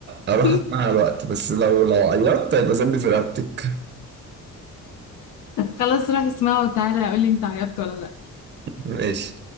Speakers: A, on the right; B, on the left.
A: أروح
B: <laughs>
A: أسمعها وقت بس لو لو عيطت هيبقى ذنبي في رقبتك
B: خلاص روح اسمعه وتعالى قولي انت عيطت ولا لأ
A: ماشي